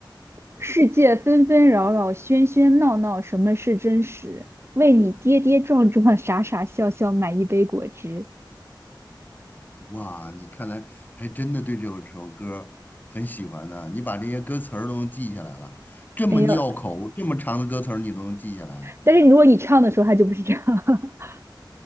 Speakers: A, on the right; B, on the left.
A: 世界纷纷扰扰，喧喧闹闹，什么是真实？为你跌跌撞撞，傻傻笑笑，买一杯果汁。
B: 哇，你看来还真的对这首首歌很喜欢呢。你把这些歌词儿都能记下来了，这么拗口，
A: 没有，
B: 这么长的歌词儿你都能记下来。
A: 但是如果你唱的时候，他就不是这样。<laughs>